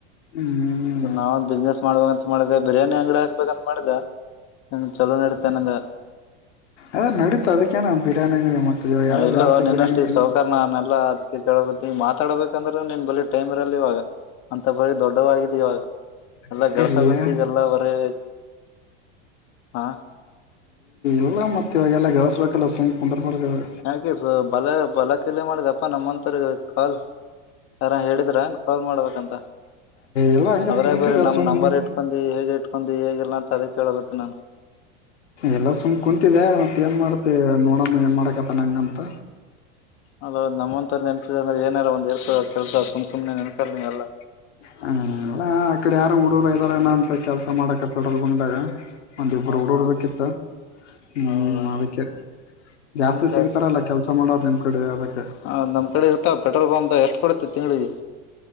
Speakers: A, on the left; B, on the left.
A: ಹ್ಮ್
B: ಸ ನಾವ ಒಂದ ಬಿಸ್ನೆಸ್ ಮಾಡ್ಬೇಕ ಅಂತ ಮಾಡಿದೆ ಬಿರಿಯಾನಿ ಅಂಗಡಿ ಹಾಕ್ಬೇಕಂತ ಮಾಡಿದೆ ಹ ಚಲೋ ನಡತೇನೆಂದ
A: ಏ ನಡಿತುಡ್ ಅದಕ್ಕೆೇ ನಾ ಬ ಬಿರಿಯಾನಿಂಗಡಿ ಮತ್ತ ಇವಾಗೆಲ್ಲ
B: ಇಲ್ಲೋ
A: ಜಾಸ್ತಿ
B: ನಿನ್ಷ್ಟು
A: ಬಿರಿಯಾನಿ
B: ಈ ಸೌಕರ್ನೆಲ್ಲ ಅದಕ್ಕೆ ಕೇಳಬ ಮಾತಾಡ್ಬೇಕಂದ್ರೆ ನೀನ್ ಬಳೀ ಟೈಮ್ ಬ ಇವಾಗ ಅಂತ ಬರೀ ದೊಡ್ಡವಾಗಿದೆ ಇವಾಗ ಎಲ್ಲ
A: ತಿಂತಾರ
B: ಗಳಸ ಗೊತ್ತಗೆಲ್ಲ ಬರೇ ಹಾ
A: ಇಲ್ಲ ಮತ್ತೆ ಇವಾಗೆಲ್ಲ ಗಳಿಸ್ಬೇಕಲ್ಲ ಸುಮ ಕುಂದ್ರ ಬರ್ವಾಗ
B: ಯಾಕೆ ಸ ಬಲ ಬಲ ಕಲೆ ಮಾಡಿದೆಪ್ಪ ನಮ್ಮಥರ್ರಿಗೆ ಕಾಲ್ ಸಾರ ಹೇಳಿದ್ರಏನ್ ಕಾಲ್ ಮಾಡ್ಬೇಕಂತ
A: ಎಲ್ಲ ಹಂಗೆ
B: ಅದ್ರಾಗ
A: ಕುಂತಿದೆ
B: ಬರ ನಮ್
A: ಸುಮ್ಮ
B: ನಂಬರ್ ಇಟ್ ಇಕಂದು ಹೇಗೆ ಇಟ್ಕೊಂಡ ಹೇಗಿಲ್ಲ ಅಂತ ಅದೇ ಕೇಳಳ್ಬೇಕು ನಾನು
A: ಎಲ್ಲ ಸುಮ್ ಕುೂಂತಿದೆ ಮತ್ತ ಏನ್ ಮಾಡ್ತೆ ನೋಡಮ್ಮ ಏನ್ ಮಾಡಕತ್ತ ನಂಗಂತ
B: ಅೌದು ನಮ್ಮಂತ ್ರ ಏನಾರ ಒ ಇರ್ ಕೆಲಸ ಸುಮ್ ಸುಮ್ನೆ ನನ್ಸಲ್ ನೀವೆಲ್ಲ
A: ಹಲ್ಲ ಆ ಕಡೆ ಯಾರ ಹುಡುಗರು ಇದ್ದಾರನ ಅಂತ ಕೆಲ್ಸ ಮಾಡಕ ಪೆಟ್ರೋಲ್ ಬಂಗದಾಗ ಒಂದ ಯಿಬ್ರು
B: ಹೌದಾ
A: ಹುಡುಗರು ಬೇಕಿತ್ತು ಹ್ಮ್
B: ಹೌದಾ
A: ಅದಕ್ಕೆ ಜಾಸ್ತಿ
B: ನಿಮ್ ಕ
A: ಸಿಗ್ತಾರಲ್ಲ ಕೆಲ್ಸ ಮಾಡೋ್ರ ನಿಮ್ ಕಡೆ ಅದಕ್ಕೆ
B: ಹ ನಮ್ಮ ಕಡೆ ಇತೆ ಪೆಟ್ರೋಲ್ ಪಂಪ್ಂತ ಎಷ್ಟ ಕೊಡತೆ ತಿಂಗಳಿಗೆ